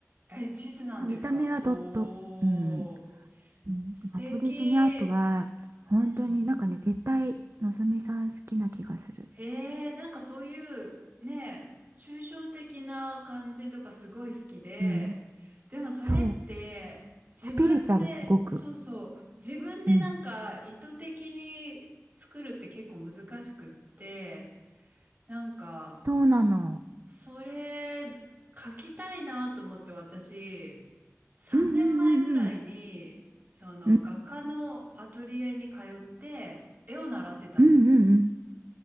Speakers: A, on the right (about 35°); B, on the right (about 55°).
A: え、地図なんですかおー、
B: でも見た目はドット。うん。うんアボリジニアートは本当になんかね絶対のぞみさん好きな気がする。
A: 素敵。うん、へえ、なんかそういうね、抽象的な感じとかすごい好きで、
B: うん。
A: でもそれって自分で、
B: そう。スピリチュアルすごく。
A: そうそう、自分でなんか意図的に作るって結構難しくって、
B: うん。
A: なんか
B: そうなの。
A: それ書きたいなと思って私、3年前ぐらいにその画家のアトリエに通って絵を習ってたんですよ。
B: うんうんうんうんうんうんうんうん